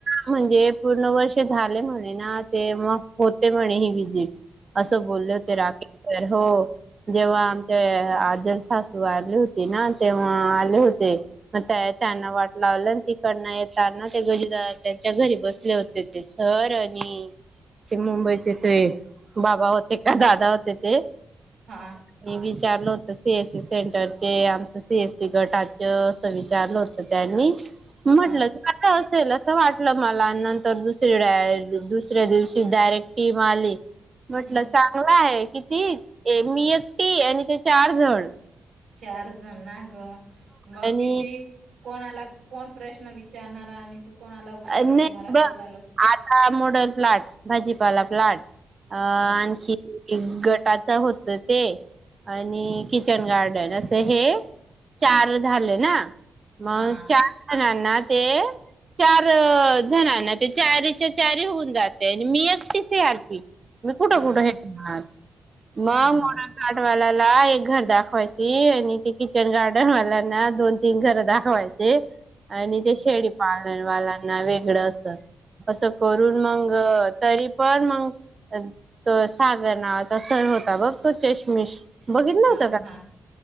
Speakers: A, on the right; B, on the right.
A: म्हणजे पूर्ण वर्ष झाले म्हणे ना ते मग होते म्हणे ही विझी. असं बोलले होते राकेश स हो जेव्हा आमच्या आजल सासू वारली होती ना तेव्हा आले होते. मग त्या त्यांना वाट लावलं तिकडन येताना ते गज त्यांच्या घरी बसले होते. ते सर आणि ते मुंबईचेथ- बाबा होते का दादा होते ते
B: हा
A: म विचारलं होत सी एस सी सेंटर चे आमचं सीएस सी गटाच असं विचारलं होत. त्यांनी म्हटलं
B: हा
A: आता असेल असं वाटलं मला आणि नंतर दुसरी डाय दुसऱ्या दिवशी डायरेक्ट टीम आली. म्हटलं
B: हम्म
A: चांगला आहे किती मी एकटी आणि ते चार ज‌ण
B: चार जण ना ग मग
A: आणि
B: किती कोणाला कोण प्रश्न विचारणार आणि तू कोणाला उत्तर
A: अ
B: देणार
A: नाही
B: असं
A: बघ
B: झालं
A: आता मोडल प्लाट भाजीपाला प्लाट अ आणखी
B: हा
A: गटाच होत ते आणि किचन गार्डन असं हे. चार झाले ना मग
B: हा
A: चार जणांना ते चार जणांना ते चारीच्या चारी होऊन जाते आणि मी एक ती सीआरपी. मी कुठं
B: हा
A: कुठं हेटणार मा
B: मग
A: मोड पाठवाल्याला एक घर दाखवायची आणि ते किचन गार्डन वाल्यांना दोन तीन घर दाखवायची. ते आणि
B: हम्म.
A: ते शेडीपालनवालांना वेगळं असं. असं करून मग तरी पण मग अ तो सागर नावाचा सर होता बघ, तो. चष्मिश. बघित नव्हतं
B: हा
A: का?
B: हा